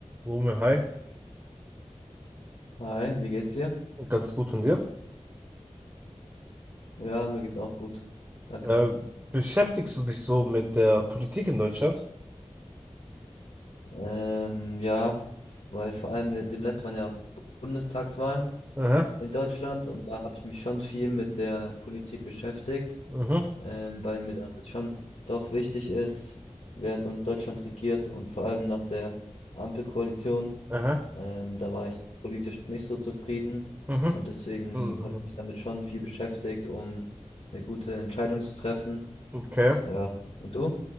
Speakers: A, on the right; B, on the left.
A: Romeo, hi.
B: Hi, wie geht's dir?
A: Ganz gut von dir.
B: Ja, mir geht's auch gut. Danke.
A: Äh, beschäftigst du dich so mit der Politik in Deutschland?
B: Ähm, ja, weil vor allem mit dem letzten waren ja auch Bundestagswahlen
A: Aha,
B: in Deutschland und da habe ich mich schon viel mit der Politik beschäftigt,
A: aha,
B: ähm, weil mir dann halt schon doch wichtig ist, wer so in Deutschland regiert und vor allem nach der Ampelkoalition.
A: aha,
B: Ähm, da war ich politisch nicht so zufrieden
A: aha.
B: und deswegen
A: Mhm.
B: habe ich mich damit schon viel beschäftigt, um eine gute Entscheidung zu treffen.
A: Okay.
B: Ja, und du?